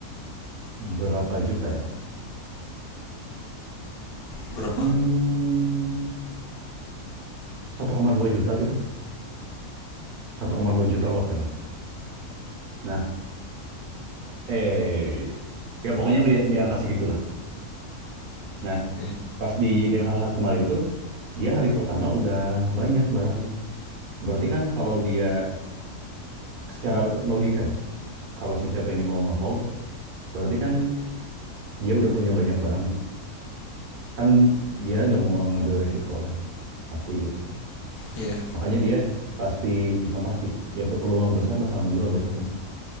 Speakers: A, on the right; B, on the left.
A: berapa juta ya?
B: Berapa?
A: Hmm, satu koma dua juta gitu. satu koma dua juta lotanya. Nah, eh ya pokoknya di, di angka segitulah. Nah,
B: Oke.
A: pas di DKH kemarin tuh dia hari pertama udah banyak barangnya. Berarti kan kalau dia secara logika ya, kalau si CP ini mau ngehold, berarti kan dia udah punya banyak barang nih. Kan dia nggak mau ngambil resiko lah, pasti gitu.
B: Iya.
A: Makanya dia pasti bukan pasti, ya peluang besar bakal ngejual besoknya.